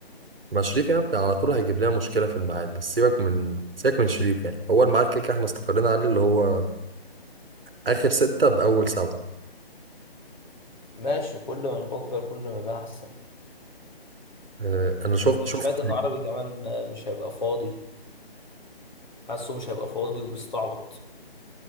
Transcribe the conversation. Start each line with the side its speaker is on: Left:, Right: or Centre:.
Right: ما شريف يعني كان على طول هيجيب لنا مشكلة في الميعاد بس سيبك من سيبك من شريف يعني هو الميعاد كده كده احنا استقرينا عليه اللي هو آخر ستة بأول سبعة
Left: ماشي كل ما نبدل كل ما يبقى احسن
Right: اه أنا شفت
Left: أنا
Right: شفت
Left: سمعت ان عربي كمان مش هيبقى فاضي حاسه مش هيبقى فاضي وبيستعبط